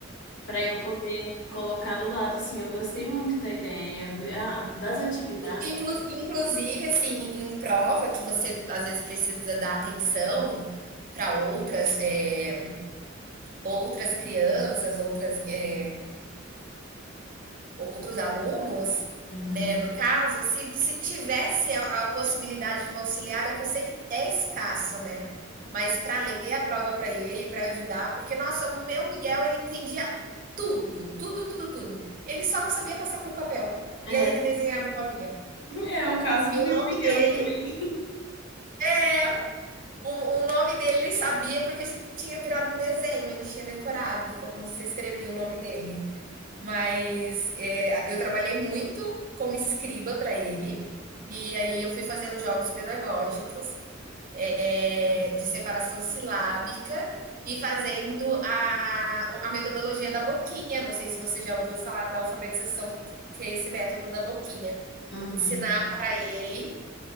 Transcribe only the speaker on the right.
Inclu, inclusive, assim, em prova, que você às vezes precisa dar atenção para outras, é, outras crianças, outras, eh, outros alunos,
né? No caso, se, se tivesse a, a possibilidade de uma auxiliar, é que eu sei que é escasso, né? Mas para ler a prova para ele, para ajudar, porque, nossa, o meu Miguel, ele entendia tudo, tudo, tudo, tudo. Ele só não sabia passar para o papel.
E aí ele desenhava bolinha.
E o
nome
dele
é. O, o nome dele ele sabia porque tinha virado um desenho, ele tinha decorado como se escrevia o nome dele. Mas é, eu trabalhei muito como escriba para ele, e aí eu fui fazendo jogos pedagógicos é, de separação silábica e fazendo a, a metodologia da boquinha. Não sei se você já ouviu falar da alfabetização, que é esse método da boquinha.
Ensinar para ele